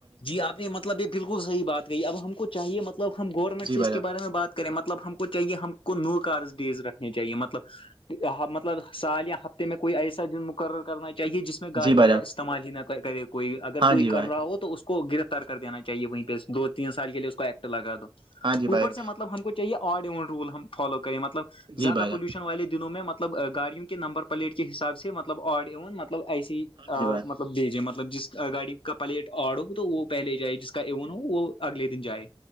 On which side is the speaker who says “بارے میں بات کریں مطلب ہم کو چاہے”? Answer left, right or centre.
Left